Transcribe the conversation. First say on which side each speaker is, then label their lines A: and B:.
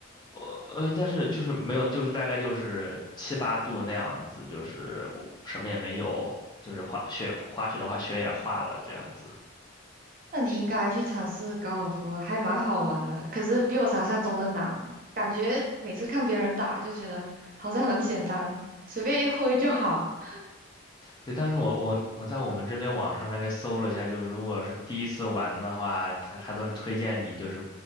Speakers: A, on the left; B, on the right.
A: 呃，但是就是没有，就是大概就是七八度那样子，就是我什么也没有，就是滑雪滑雪的话，雪也化了这样子。
B: 那你应该去尝试高尔夫，还蛮好玩的。可是比我想象中的难，感觉每次看别人打就觉得好像很简单，随便一挥就好。<laughs>
A: 对，但是我我我在我们这边网上大概搜了一下，就是如果是第一次玩的话，他他都是推荐你就是